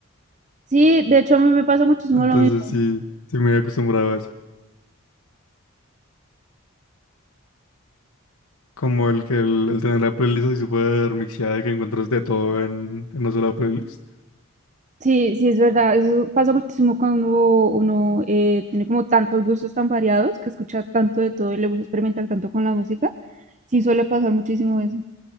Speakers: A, on the right; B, on the left.
A: Sí, de hecho a mí me pasa muchísimo
B: Entonces,
A: lo mismo.
B: sí, sí me he acostumbrado a eso. Como el que el, el tener la playlist así súper mixeada y que encuentras de todo en, en una sola playlist.
A: Sí, sí, es verdad. Eso pasa muchísimo cuando uno eh, tiene como tantos gustos tan variados, que escucha tanto de todo y le gusta experimentar tanto con la música. Sí, suele pasar muchísimo eso.